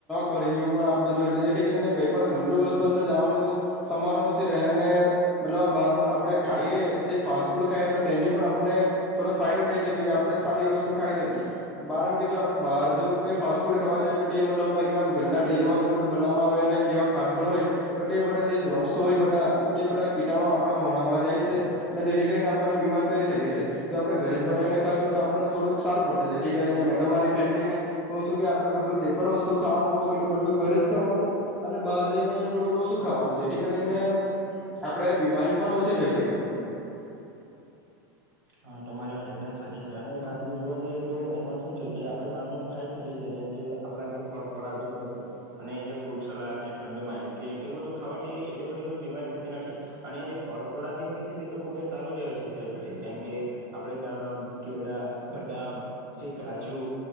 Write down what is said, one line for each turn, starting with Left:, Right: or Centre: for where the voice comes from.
Centre: કઢાઈઓ પણ આપણું જ હોય જેથી કરીને કઈ પણ ગંદુ વસ્તુ અંદર જવાનું સંભાવ મલબ બાર આપણે ખાઈએ જે ફાસ્ટ ફૂડ ખાઈએ તો તેથી પણ આપને થોડોક ફાયદો થઈ શકીએ કે આપડણે સારી વસ્તુ ખાઈ શકીએ કારણ કે જો આપડે બહાર જો કોઈ ફાસ્ટ ફૂડ ખાવા જોઈએ તો તે મતલબમાં એકદમ ગંદા તેલમાં એવું બધું બનાવામાં આવે અને કેવા ખાડ પણ હોય તો તે બધા જે ય બધા તૂ બધા કીટાણો આપણા મોણામાં જાય છે અનેને જેથી કરીને આપણને બીમાર કરી શકે છે. જો આપણે ઘરે જ બનાવીને ખાસશું તો આપણને થોડુંક સારું પડશે જેથી કરીને મે મારી ફેમિલી ને, કહ છું કે આપડે બધું જે પણ વસ્તુ ખાવાનું હોય એ બધું ઘરે જ ખાવાનું, અને બહાર જઈને થોડું ઓશું ખાવાનું છે. કરીને, આપણે બીમારી પણ ઓછી થઈ શકી.
Right: હા તમારી વાત એકદમ સચ છે અને બહારનું જોવા જ તો એમાં શું છે કે આપડે બાર ન ખાઈ શકી છીએ જેમ કે આપડા કે ફળ ફળાદી હોય છે, અને જે ફ્રૂટ સલાડ જે ઠંડુમાં આઈસક્રીમ એ બધું ખાવાથી એટલી બધી કોઈ બીમારી થતી નથી, અને જે ફળ ફળાદી હોય છે તે તો ખુબ જ સારું કહેવાય છે શરીર માટે જેમ કે, આપડે દાડમ કેળા, બદામ, પછી કાજુ,